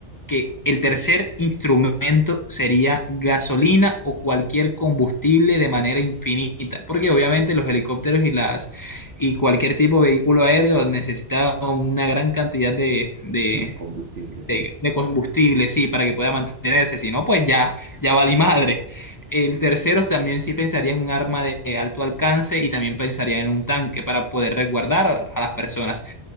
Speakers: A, on the left; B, on the right.
A: que el tercer instrumento sería gasolina o cualquier combustible de manera infinita, porque obviamente los helicópteros y las y cualquier tipo de vehículo aéreo necesita una gran cantidad de, de,
B: <laughs> Combustible, sí,
A: de- de combustible, sí, para que pueda mantenerse, si no, pues ya, ya vale madre. El tercero también sí pensaría en un arma de alto alcance y también pensaría en un tanque para poder resguardar a las personas.